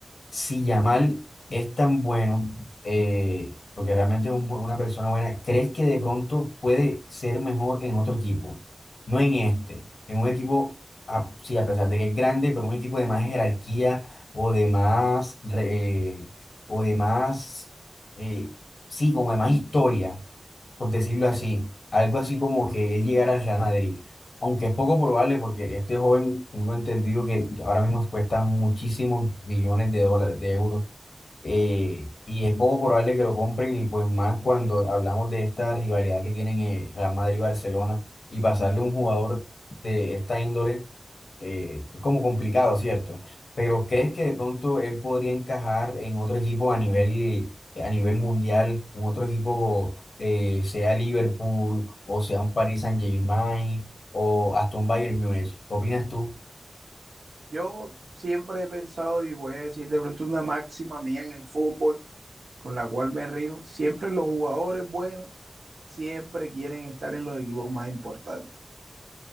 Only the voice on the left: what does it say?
si Yamal es tan bueno, eh, porque realmente es un bu- una persona buena, ¿crees que de pronto puede ser mejor en otro equipo? No en este, en un equipo a- sí, a pesar de que es grande, pero un equipo de más jerarquía o de más, re- eh, o de más, eh, sí, como de más historia, por decirlo así. Algo así como que él llegara al Real Madrid. Aunque es poco probable porque este joven, tengo entendido que ahora mismo cuesta muchísimos millones de dólares, de euros eh, y es poco probable que lo compren y pues más cuando hablamos de esta rivalidad que tienen eh, Real Madrid y Barcelona y pasarle un jugador de esta índole eh, es como complicado, ¿cierto? Pero ¿crees que de pronto él podría encajar en otro equipo a nivel, eh, a nivel mundial, un otro equipo eh, sea Liverpool o sea un Paris Saint-Germain o hasta un Bayern Múnich? ¿Qué opinas tú?